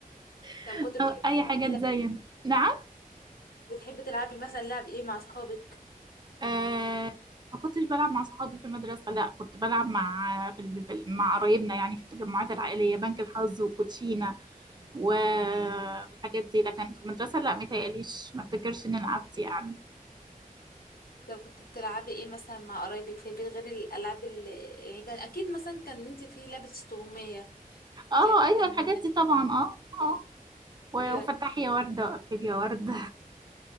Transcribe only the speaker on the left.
طب كنت بتحبي
تلعبي
لعب إيه؟
بتحبي تلعبي مثلا لعب ايه مع أصحابك
طب كنت بتلعبي ايه مثلا مع قرايبك في البيت غير الألعاب اللي يعني كان أكيد مثلا كان انت في لعبة استغماية
كان
أيوة